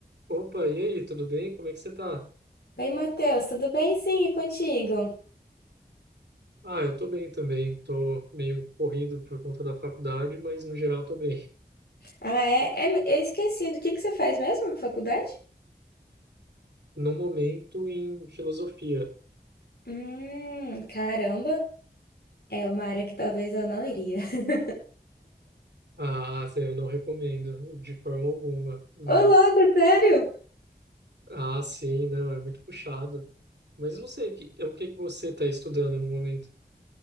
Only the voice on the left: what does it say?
Oi, Matheus, tudo bem? Sim, e contigo?
Ah, é, é, eu esqueci. O que que você faz mesmo na faculdade?
Hum, caramba, é uma área que talvez eu não iria. <laughs>
Ô, louco, sério?